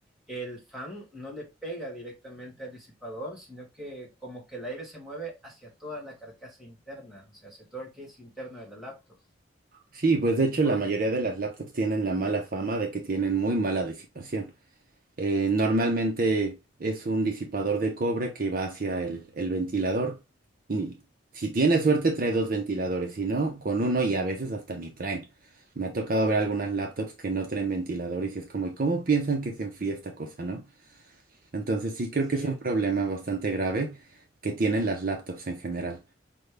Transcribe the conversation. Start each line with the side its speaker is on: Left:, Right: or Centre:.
Centre: El fan no le pega directamente al disipador, sino que como que el aire se mueve hacia toda la carcasa interna, o sea, hacia todo el que es interno de la laptop.
Right: Sí, pues de hecho
Centre: Porque,
Right: la mayoría de las laptops tienen la mala fama de que tienen muy mala disipación. Eh, normalmente es un disipador de cobre que va hacia el, el ventilador. Y si tienes suerte, trae dos ventiladores. Si no, con uno y a veces hasta ni traen. Me ha tocado ver algunas laptops que no traen ventilador y si es como, ¿y cómo piensan que se enfría esta cosa, no? Entonces sí creo
Centre: sí,
Right: que es un
Centre: eh,
Right: problema bastante grave que tienen las laptops en general.